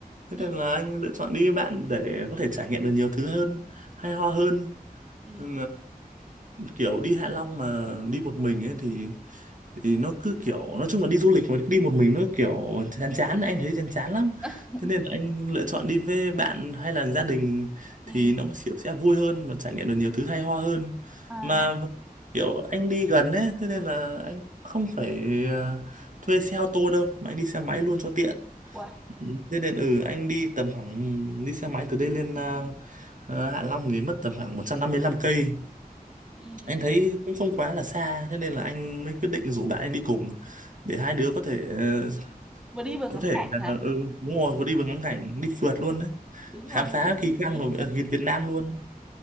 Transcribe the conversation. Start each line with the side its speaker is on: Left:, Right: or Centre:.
Right: thế
Centre: ừ
Right: nên là anh lựa chọn đi với bạn để có thể trải nghiệm được nhiều thứ hơn hay ho hơn
Centre: ừ
Right: Ừ, kiểu đi Hạ Long mà đi một mình ấy thì thì nó cứ kiểu nói chung là đi du lịch mà đi một mình nó kiểu chán chán anh thấy chán chán lắm
Centre: ừ, <laughs>
Right: thế nên là anh lựa chọn đi với bạn hay là gia đình
Centre: ừ.
Right: thì nó kiểu sẽ vui hơn mà trải nghiệm được nhiều thứ hay ho hơn
Centre: à
Right: mà kiểu anh đi gần ấy thế nên là anh không phải ờ, thuê xe ô tô đâu mà anh đi xe máy luôn cho tiện
Centre: wow
Right: Ừ, thế nên ừ anh đi tầm khoảng đi xe máy từ đây lên ờ, ờ, Hạ Long thì mất tầm khoảng 155 cây
Centre: ừ.
Right: anh thấy cũng không quá là xa thế nên là anh mới quyết định rủ bạn anh đi cùng để hai đứa có thể ờ,
Centre: vừa đi vừa ngắm
Right: có thể
Centre: cảnh hả
Right: là ừ, đúng rồi vừa đi vừa ngắm cảnh đi phượt luôn đấy
Centre: đúng
Right: khám
Centre: rồi
Right: phá kỳ quan
Centre: kiểu đi
Right: của
Centre: phượt
Right: ờ, Việt Việt Nam luôn